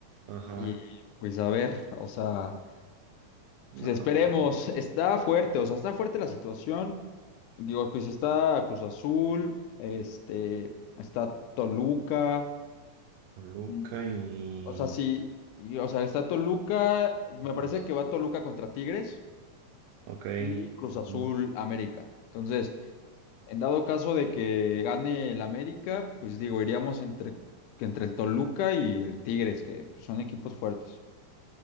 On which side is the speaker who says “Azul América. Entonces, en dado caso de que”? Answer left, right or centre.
Left